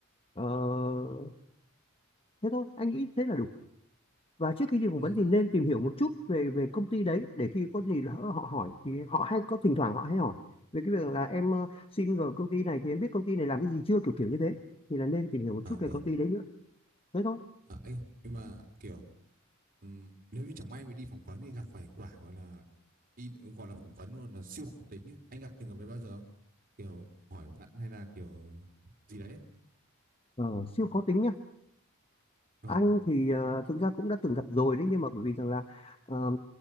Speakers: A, on the left (about 25°); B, on the right (about 40°).
A: ờ, thế thôi anh nghĩ thế là đủ và trước khi đi phỏng
B: ừm,
A: vấn thì nên tìm hiểu một chút về về công ty đấy để khi có gì lỡ họ hỏi thì họ hay có thỉnh thoảng họ hay hỏi về cái việc là em ờ, xin vào công ty này thì em biết công ty này làm cái gì chưa kiểu kiểu như thế thì là nên tìm hiểu một
B: à
A: chút
B: vâng
A: về công ty đấy nữa thế thôi
B: à anh ơi, nhưng mà kiểu ừm, nếu như chẳng may mình đi phỏng vấn thì gặp phải quả gọi là đi gọi là phỏng vấn luôn là siêu khủng tính ấy. anh gặp trường hợp đấy bao giờ không kiểu hỏi vặn hay là kiểu gì đấy
A: Ờ, siêu khó tính nhá
B: Vâng.
A: anh thì ờ, thực ra cũng đã từng gặp rồi đấy nhưng mà bởi vì rằng là ờ,